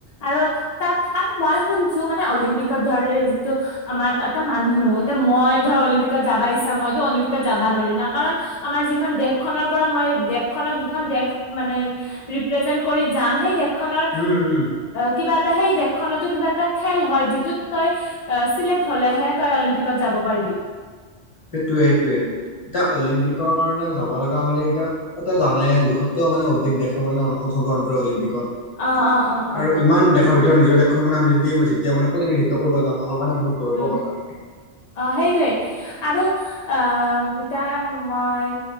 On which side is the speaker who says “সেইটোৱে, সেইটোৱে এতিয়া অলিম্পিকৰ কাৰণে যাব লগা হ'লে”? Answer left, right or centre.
Left